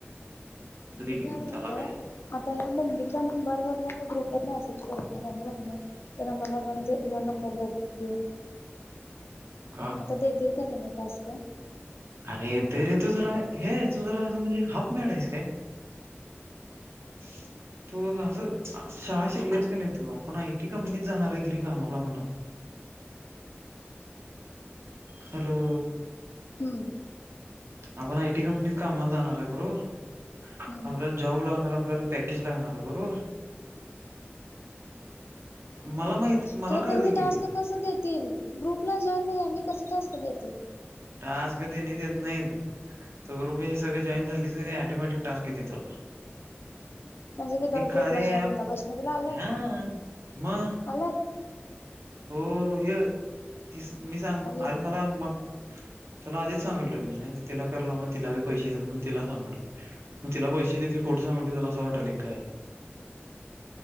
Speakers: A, on the right; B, on the left.
A: दे
B: बीघा
A: की मग
B: मध्ये
A: त्याला काय
B: आता या मम्मीच्या नंबरवर ग्रुपवर मेसेज करत आहे माझी मम्मी त्या नंबर म्हणजेन नंबर द देऊन.
A: का?
B: देतील का त्याने टास्क
A: अरे ते रे तू जरा हे तू जरा असं म्हणजे हप मळायस काय? <inaudible> तू असं शाळा शिकलस का नाही तू आपण आयटी कंपनीत जाणार आहे करी कामला म्हणा. हॅलो.
B: हम्म.
A: आपण आयटी कंपनीत कामाला जाणार आहे बरोबर. आपल्याला
B: हम्म
A: जॉब लागणार आपल्याला पॅकेज लागणार आहे बरोबर. मला माहित मला
B: ख
A: कळलं
B: त्यांनी
A: की
B: टास्क
A: रे
B: कस देतील ग्रुपला जॉईन नाही मी कस टास्क देे.
A: ट अस कती नि ते नाहीत त ग्रुप हे सगळे जॉईन झालीच नाही टोमॅटिक टास्क घेत त.
B: म्हणजे विदाउट
A: ते
B: ग्रुपला
A: कारे
B: जॉईन
A: हा
B: होता वैष्णवीला आल्यात
A: म
B: आलात
A: हो य तीस मी सांग
B: मग येऊ
A: अरे
B: दे
A: मला मग तुला आधीच सांगितलेलं मी ति कराय लाव तिलाी पैसे देतस म्हणून तिला सांगले. मग तिला पैसे ते खोटं सांगते तुला असं वाटल काय